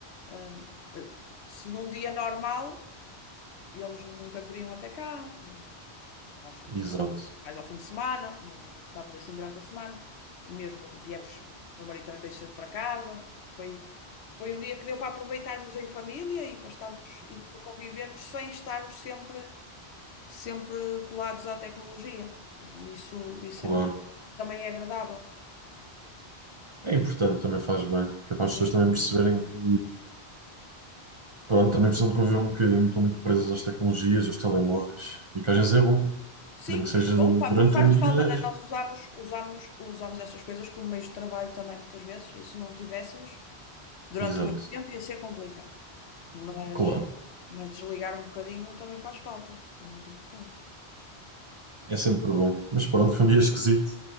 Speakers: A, on the left; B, on the right.
A: Ahm, eh, se num dia normal, eles nunca viriam até cá. Eh, nós
B: exato.
A: só mais ao fim de semana, não, não estávamos assim durante a semana. Mesmo viemos, o meu marido também veio cedo para casa. Foi, foi um dia que deu para aproveitarmos em família e para estarmos e para convivermos sem estarmos sempre, sempre colados à tecnologia. E isso, isso
B: Claro.
A: é- também é agradável.
B: É importante, também faz bem. Capaz as
A: Sim,
B: pessoas também perceberem que, pronto, também precisam de conviver um bocadinho, estão muito presas
A: sim.
B: às tecnologias, aos telemóveis, e que às
A: É.
B: vezes é bom,
A: Sim,
B: nem que seja
A: é bom,
B: durante
A: fa- porque faz-nos
B: um dia.
A: falta, né? Nós usamos, usamos, usamos estas coisas como meios de trabalho também muitas vezes, e se não tivéssemos. Durante
B: Exato,
A: muito tempo ia ser complicado, mas,
B: claro.
A: mas desligar um bocadinho também faz falta, é muito importante. <laughs>
B: É sempre bom. Mas pronto, foi um dia esquisito.